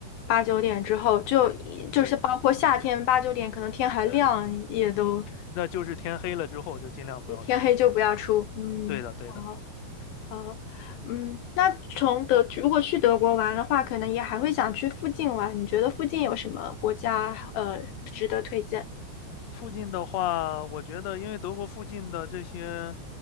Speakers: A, on the left (about 70°); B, on the left (about 55°).
A: 八九点之后，就就是包括夏天八九点，
B: 对，
A: 可能天还亮，
B: 呃，
A: 也都
B: 那就是天黑了之后就尽量不要出去了。
A: 就天黑就不要出。嗯，
B: 对的，对的。
A: 好，好，嗯，那从德如果去德国玩的话，可能也还会想去附近玩。你觉得附近有什么国家呃值得推荐？
B: 附近的话，我觉得因为德国附近的这些